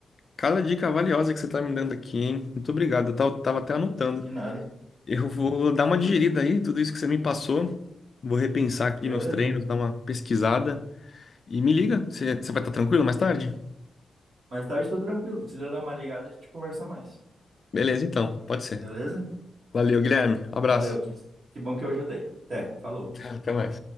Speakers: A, on the left; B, on the right.
A: cada dica valiosa que você tá me dando aqui, hein? Muito obrigado. Eu tava, tava até anotando.
B: De nada. <laughs>
A: Eu vou dar uma digerida aí, tudo isso que você me passou. Vou repensar aqui
B: Beleza.
A: meus treinos, dar uma pesquisada. E me liga, você, você vai estar tranquilo mais tarde?
B: Mais tarde, tô tranquilo. Se quiser dar uma ligada, a gente conversa mais.
A: Beleza, então, pode ser.
B: Beleza?
A: Valeu, Guilherme. Um abraço.
B: Valeu, que, que bom que eu ajudei. Até, falou.
A: <laughs> Até mais.